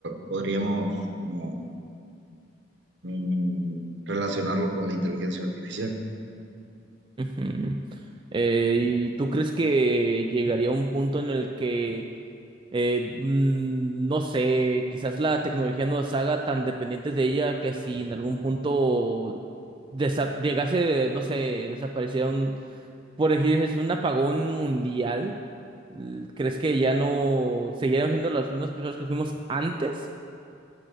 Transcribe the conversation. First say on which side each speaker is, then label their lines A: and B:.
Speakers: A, on the right; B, on the right.
A: podríamos como mm, relacionarlo con la inteligencia artificial.
B: <laughs> Ujú. Eh, ¿y tú crees que llegaría un punto en el que Eh, mm, no sé, quizás la tecnología nos haga tan dependientes de ella que si en algún punto desa- llegase, no sé, desapareciera un, por decir así, un apagón mundial, l- ¿crees que ya no seguiríamos siendo las mismas personas que fuimos antes?